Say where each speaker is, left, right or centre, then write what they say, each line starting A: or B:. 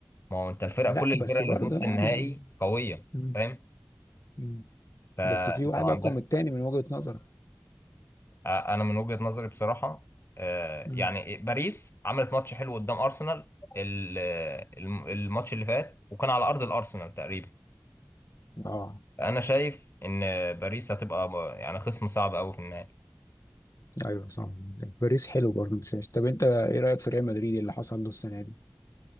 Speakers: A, on the left; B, on the left.
A: ما هو انت الفرق
B: لا
A: كل الفرق
B: بس
A: اللي
B: برضه
A: في نص
B: يعني
A: النهائي قويه
B: مم.
A: فاهم
B: مم.
A: فانت
B: بس في واحد
A: ما
B: أقوى
A: عندك
B: من التاني من وجهة نظرك
A: آه، انا من وجهه نظري بصراحه آه،
B: مم.
A: يعني باريس عملت ماتش حلو قدام ارسنال ال- آه، الم- الماتش اللي فات وكان على ارض الارسنال تقريبا
B: أه
A: انا شايف ان باريس هتبقى ب- يعني خصم صعب قوي في النهائي
B: أيوه صح باريس حلو برضه مش وحش طب أنت إيه رأيك في ريال مدريد اللي حصل له السنة دي؟